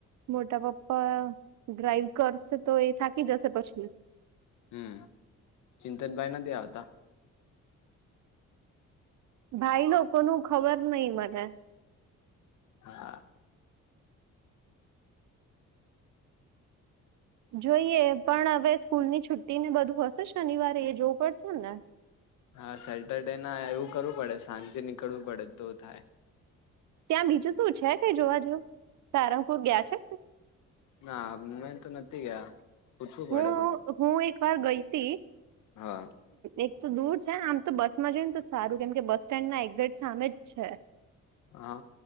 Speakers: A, on the right; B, on the left.
A: મોટા પપ્પા ડ્રાઈવ કરશે તો એ થાકી જશે પછી
B: હમ ચિંતનભાઈ નથી આવતા
A: ભાઈ ન કોનું ખબર નઈ મને
B: હા
A: જોઈએ પણ હવે સ્કૂલ ની છુટ્ટી ને બધું હશે શનિવારે એ જોવું પડશે ને
B: હા સેટરડે ના એવું કરવું પડે સાંજે નીકળવું પડે તો થાય
A: ત્યાં બીજું શું છે કઈ જોવા જ સારંગપુર ગયા છે
B: ના મેમે તો નથી ગયા પૂછવું પડે
A: હું
B: કોઈ
A: હું એક વાર ગઈ હતી
B: હા
A: એક તો દૂર છે આમ તો બસમાં જોઈ ને તો સારું કેમ કે બસ સ્ટેન્ડ ના એક્ઝેક સામે જ છે
B: હા